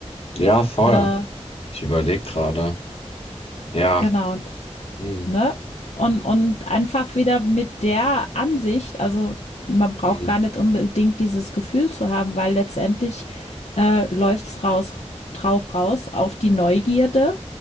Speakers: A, on the left (about 55°); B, on the left (about 75°).
A: Ja, voll.
B: Äh,
A: Ich überlege gerade. Ja.
B: genau,
A: Mhm.
B: ne? Und und einfach wieder mit der Ansicht, also man braucht
A: Mhm.
B: gar nicht unbedingt dieses Gefühl zu haben, weil letztendlich äh, läuft's raus drauf raus auf die Neugierde